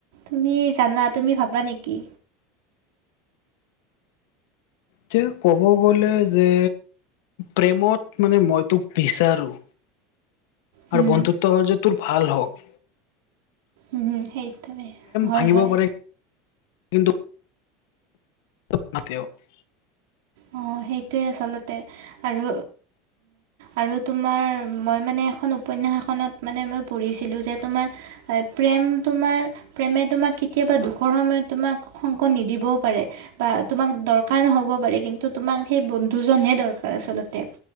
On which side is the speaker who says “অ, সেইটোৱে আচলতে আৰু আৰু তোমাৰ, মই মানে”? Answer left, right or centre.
Right